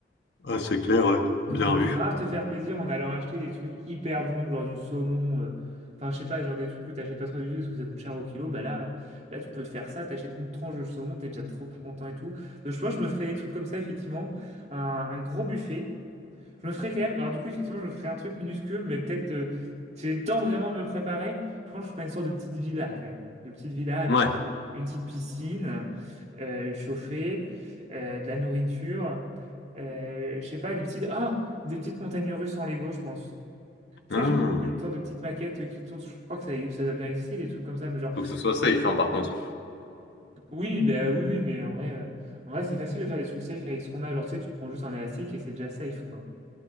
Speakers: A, on the left (about 75°); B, on the right (about 40°).
A: Ah, c'est clair, ouais. Bien
B: Donc tu peux
A: vu.
B: grave te faire plaisir en allant acheter des trucs hyper bons, genre du saumon, euh, enfin je sais pas, genre des trucs que t'achètes pas trop du tout parce que ça coûte cher au kilo, bah là, là tu peux te faire ça, t'achètes une tranche de saumon, t'es déjà trop content et tout. Donc je pense que je me ferais des trucs comme ça, effectivement, un, un gros buffet. Je me ferai quand même. Alors, du coup, effectivement, je me ferai un truc minuscule, mais peut-être. euh, si j'ai le temps vraiment de me préparer, je pense que je ferai une sorte de petite villa quand même. Une petite villa avec
A: Ouais.
B: une petite piscine, euh, chauffée, euh, de la nourriture. euh, je sais pas, des petites. Ah! Des petites montagnes russes en Lego, je pense. Tu
A: Ah,
B: sais, je- une sorte de petite maquette euh, qui tourne. Je crois que ça, ça doit bien exister, des trucs comme ça. Mais genre,
A: faut que ce soit safe, hein, par contre.
B: oui, bah oui, oui, mais en vrai, euh, en vrai, c'est facile de faire des trucs safe avec ce qu'on a. Genre, tu sais, tu prends juste un élastique et c'est déjà safe, quoi.